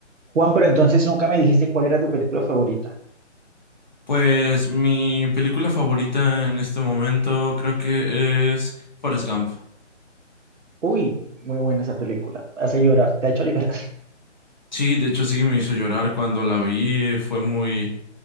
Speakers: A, on the right; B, on the left.
A: Juan, pero entonces nunca me dijiste cuál era tu película favorita.
B: Pues mi película favorita en este momento creo que es Forrest Gump.
A: Uy, muy buena esa película. Hace llorar, te ha hecho llorar. <laughs>
B: Sí, de hecho sí me hizo llorar cuando la vi, eh, fue muy,